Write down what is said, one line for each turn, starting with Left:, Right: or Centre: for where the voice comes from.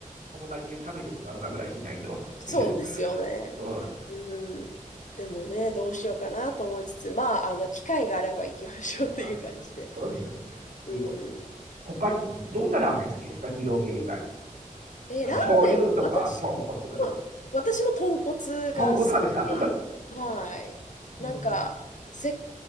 Right: 友達で食べてもらうかぐらいしないと。
Left: そうですよね。
Right: <laughs> うん。あ
Left: うん。でもね、どうしようかなと思いつつ、まあ、あの、機会があれば行きましょうという感じで。
Right: ーそうですよね。ジロー。
Left: うん。
Right: 他に、どんなラーメン好きですか二郎系以外に。
Left: え、
Right: あの、
Left: ラーメンは、
Right: 醤油とか、
Left: 私
Right: 豚骨とか。
Left: も、私も豚骨が好きで、
Right: 豚骨派ですか
Left: はい。
Right: <laughs>
Left: なんか、
Right: うん。
Left: せ、